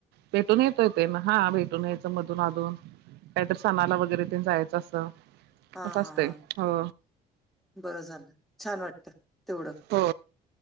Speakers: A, on the right; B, in the centre.
A: भेटून येतोय ते ना हा भेटून यायचं मधून अधून काहीत सणाला वगैरे ते जायचं असं
B: हा
A: असं
B: हा
A: असतंय
B: हा
A: हो
B: बरं झालं छान वाटत तेवढं
A: हो